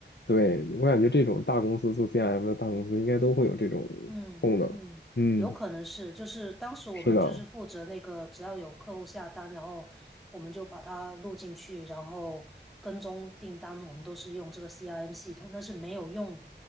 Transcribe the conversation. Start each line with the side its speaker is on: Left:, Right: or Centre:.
Left: 对我感觉这种大公司做 CRM 的大公司应该都会有这种
Centre: 嗯嗯，
Left: 功能。嗯，
Centre: 有可能是，就是当时我们就是负责那个，
Left: 是的，
Centre: 只要有客户下单，然后我们就把它录进去，然后跟踪订单，我们都是用这个 CRM 系统，但是没有用，